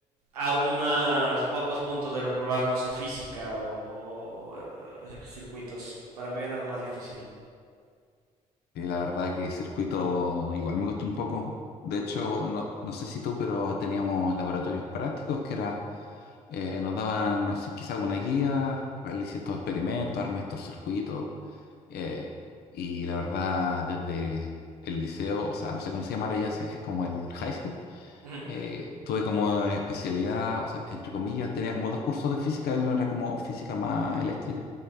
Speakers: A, on the right; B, on the left.
A: a unos pocos puntos de reprobar, no sé, física o, o, eh, circuitos. Para mí era lo más difícil.
B: Y la verdad que circuito igual me costó un poco. De hecho, no, no sé si tú, pero teníamos laboratorios prácticos que era, eh, nos daban así quizá alguna guía, realice estos experimentos, arma estos circuitos. eh, y la verdad, desde el liceo, o sea, no sé cómo se llamará ya, se- es como el high school.
A: Ujú,
B: eh, tuve como especialidad, o sea, entre comillas, tenía como dos cursos de física y uno era como física más eléctrica.